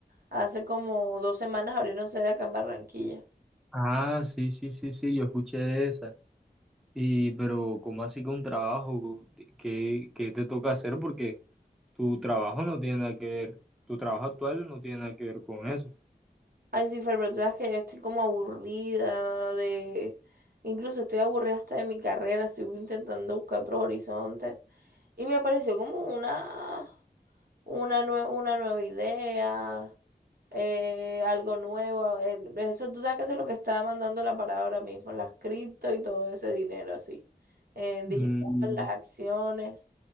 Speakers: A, on the right; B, in the centre.
A: Hace como dos semanas abrieron sede acá en Barranquilla.
B: Ah, sí, sí, sí, sí, yo escuché esa. Y, pero, ¿cómo así con trabajo? ¿Qué, qué te toca hacer? Porque tu trabajo no tiene nada que ver, tu trabajo actual no tiene nada que ver con eso.
A: Ay, sí, Fer, pero tú sabes que estoy como aburrida de... Incluso estoy aburrida hasta de mi carrera. Estoy intentando buscar otros horizontes. Y me pareció como una... una, nue- una nueva idea, eh, algo nuevo. el- eso tú sabes que eso es lo que está mandando la parada ahora mismo, las cripto y todo ese dinero así, en
B: Mm,
A: digital, las acciones.